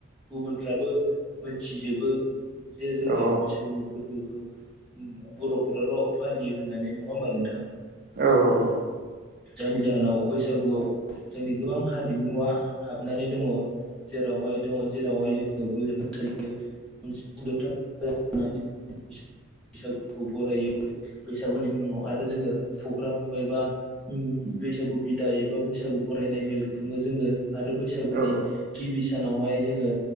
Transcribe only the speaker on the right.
औ
औ औ औ।
औ